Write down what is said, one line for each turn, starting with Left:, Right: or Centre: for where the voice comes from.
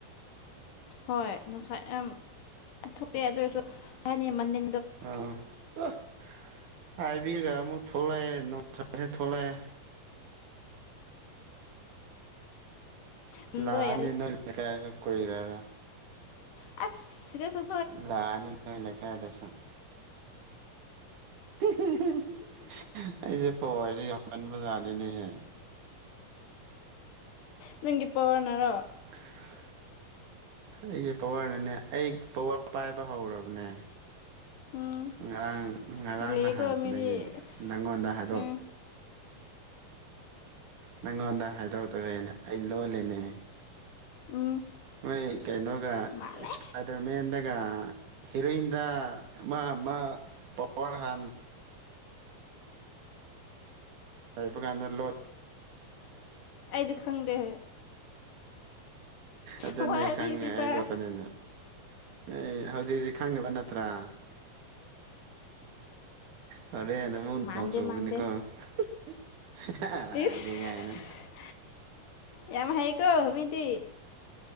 Left: ꯍꯣꯏ ꯅꯨꯡꯁꯥ ꯌꯥꯝ ꯊꯣꯛꯇꯦ ꯑꯗꯨ ꯑꯣꯏꯔꯁꯨ ꯍꯥꯏꯅꯤ ꯃꯟꯗ
Right: ꯑꯥ ꯍꯥꯏꯕꯤꯔꯒ ꯑꯃꯨꯛ ꯊꯣꯛꯂꯛꯑꯦ ꯅꯨꯡꯁꯥꯥꯁꯦ ꯊꯣꯛꯂꯛꯑꯦ
Left: ꯃꯨꯟꯕꯒ
Right: ꯂꯥꯅꯤꯅꯀꯥꯏ
Left: ꯌꯥꯗꯦ
Right: ꯁ ꯀꯔ
Left: ꯑꯁ ꯁꯤꯗ ꯁ
Right: ꯂ ꯑꯅꯤ ꯂꯩ ꯂꯩ ꯀꯥꯏꯗꯁ ꯎ
Left: ꯍ ꯍ
Right: ꯑꯩꯁꯦ ꯄꯋꯥꯁꯤ ꯌꯥꯝꯕꯖꯥꯗꯅꯦꯍꯦ
Left: ꯅꯪꯒꯤ ꯄꯋꯥꯔꯅꯔꯣ
Right: <inaudible> ꯑꯩꯒꯤ ꯄꯋꯥꯔꯅꯅꯦ ꯑꯩ ꯄꯋꯥꯔ ꯄꯥꯏꯕ ꯍꯧꯔꯕꯅꯦ
Left: ꯎꯝ
Right: ꯉꯔꯥꯡ
Left: ꯁꯛꯇꯤ
Right: ꯉꯔꯥꯡ
Left: ꯂꯩꯌꯦꯀꯣ
Right: ꯅꯍꯥꯟꯗꯒꯤ
Left: ꯃꯤꯗꯤ ꯑꯁ
Right: ꯅꯪꯉꯣꯟꯗ ꯍꯥꯏꯗꯣꯛ
Left: ꯎꯝ
Right: ꯅꯪꯉꯣꯟꯗ ꯍꯥꯏꯗꯣꯛꯇꯕꯦꯅꯦ ꯑꯩ ꯂꯣꯂꯅꯦ
Left: ꯎꯝ
Right: ꯃꯣꯏ ꯀꯩꯅꯣꯒ
Left: ꯃꯥꯜꯂꯦ
Right: ꯏꯁꯄꯥꯏꯗꯔꯃꯦꯟꯗꯒ ꯍꯦꯔꯣꯏꯟꯗ ꯑꯃ ꯑꯃ ꯄꯋꯥꯔ ꯍꯥꯟꯅ ꯇꯕ ꯀꯥꯟꯗ ꯂꯣ
Left: ꯑꯩꯗꯤ ꯈꯪꯗꯦ
Right: ꯑꯗꯨꯅꯦ
Left: ꯋꯥꯔꯤꯗꯤꯕ
Right: ꯈꯪꯉꯦ ꯑꯩ ꯂꯣꯇꯅꯦꯅ ꯑꯦ ꯍꯧꯖꯤꯛ ꯍꯧꯖꯤꯛ ꯈꯪꯉꯤꯕ ꯅꯠꯇ꯭ꯔꯥ ꯐꯔꯦ ꯍꯥꯏꯅ ꯃ ꯅꯅꯨꯡꯉꯧ
Left: ꯃꯥꯟꯗꯦ
Right: ꯆꯒꯅꯤ
Left: ꯃꯥꯟꯗꯦ
Right: ꯀꯣꯗꯤꯒ
Left: ꯏꯁ
Right: ꯍꯥꯏꯅ
Left: ꯌꯥꯝ ꯍꯥꯏꯦ ꯀꯣ ꯍꯇꯤ